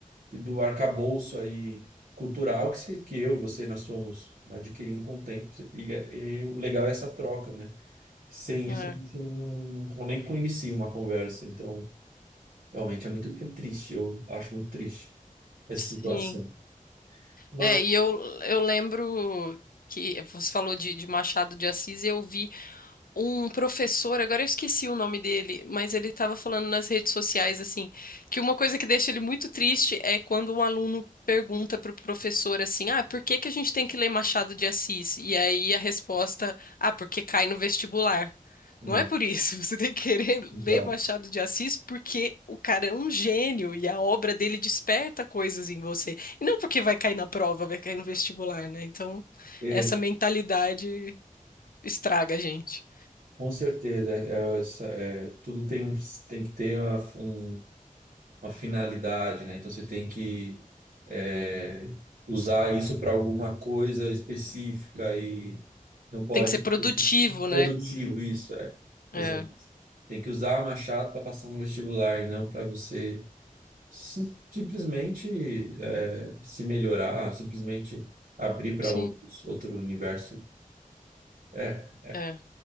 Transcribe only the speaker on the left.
é.
Sim.
É, e eu, eu lembro que você falou de, de Machado de Assis, e eu vi um professor, agora eu esqueci o nome dele, mas ele estava falando nas redes sociais assim, que uma coisa que deixa ele muito triste é quando um aluno pergunta para o professor assim: "Ah, por que que a gente tem que ler Machado de Assis?" E aí a resposta: "Ah, porque cai no vestibular."
Não é por isso, <laughs> você tem que querer
ler Machado de Assis porque o cara é um gênio e a obra dele desperta coisas em você. E não porque vai cair na prova, vai cair no vestibular, né? Então,
essa mentalidade estraga a gente.
Tem que ser
produtivo,
né?
É,
sim,
é.